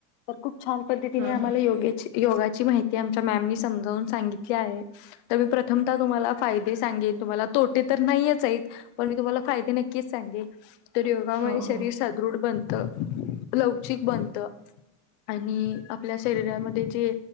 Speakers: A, on the left; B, on the right.
A: तर खूप छान पद्धतीने
B: हा
A: आम्हाला
B: हा
A: योग्याची योगाची माहिती आमच्या मॅमनी समजावून सांगितली आहे. तर मी प्रथमता तुम्हाला फायदे सांगित तुम्हाला तोटे तर नाहीयच आहेत. पण मी तुम्हाला फायदे नक्कीच सांगेल तर योगामुळे
B: हो
A: शरीर
B: हो
A: सदृढ बनत, लवचिक बनत. आणि आपल्या शरीरामध्ये जे